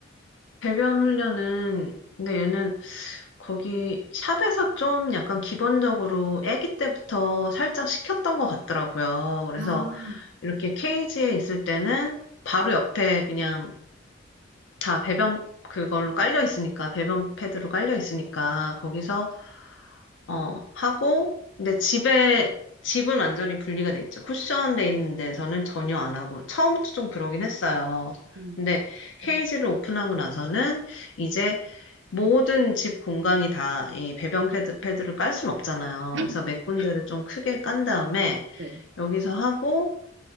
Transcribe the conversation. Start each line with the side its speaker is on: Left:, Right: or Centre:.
Left: 배변 훈련은, 근데 얘는 거기 샵에서 좀 약간 기본적으로 아기 때부터 살짝 시켰던 것 같더라고요. 그래서
Right: 아,
Left: 이렇게 케이지에 있을 때는 바로 옆에 그냥 다 배변 그걸로 깔려 있으니까, 배변 패드로 깔려 있으니까, 거기서 어, 하고, 근데 집에, 집은 완전히 분리가 돼 있죠. 쿠션돼 있는 데서는 전혀 안 하고, 처음부터 좀 그러긴 했어요.
Right: 음,
Left: 근데 케이지를
Right: 음.
Left: 오픈하고 나서는 이제 모든 집 공간이 다 이 배변 패드, 패드를 깔 순 없잖아요.
Right: <laughs>
Left: 그래서 몇 군데를 좀 크게 깐 다음에
Right: 네.
Left: 여기서 하고,